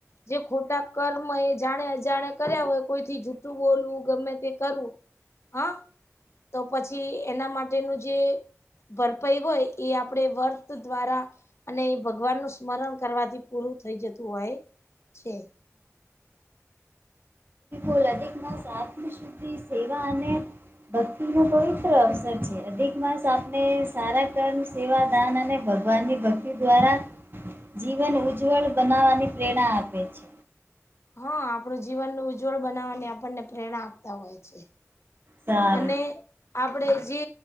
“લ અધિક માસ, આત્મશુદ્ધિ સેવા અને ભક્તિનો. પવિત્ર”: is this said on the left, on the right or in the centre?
Right